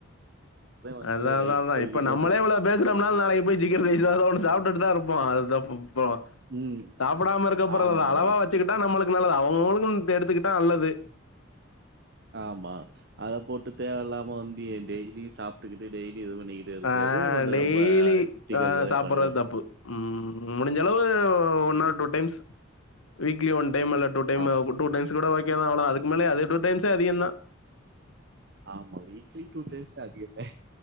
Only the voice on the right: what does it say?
வந்து
லைஃப்
போய்க்கிட்டு
இருக்கு.
ம்.
ஆமாமா.
ஆமா அத போட்டு தேவ இல்லாம வந்து டெய்லியு சாப்ட்டுகிட்டு டெய்லி இது பண்ணிக்கிட்டு இருக்கிறது
கொஞ்சம்
ரொம்ப கிரிட்டிக்கல்ல
தான்
கொண்டு விடும்.
ஆம்.
ஆமா வீக்லி டூ டைம்ஸ் அதிகந்தே